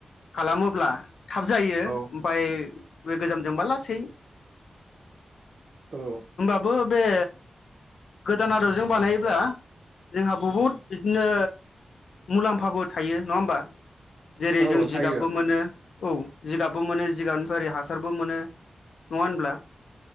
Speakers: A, on the left (about 85°); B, on the right (about 45°).
A: खालामोब्ला थाब जायो
B: औ
A: ओमफाय बे गोजामजोंबा लासै
B: औ
A: बो बे गोदान आदबजों बानायोला जोंहा बहुद बिदिनो मुलाम्फाबो थायो नङा होमबा जेरै
B: औ
A: जों
B: थायो
A: जिगाबबो मोनो औ जिगाबबो मोनो जिगाबनिफ्राय ओरै हासारबो मोनो नङा होनब्ला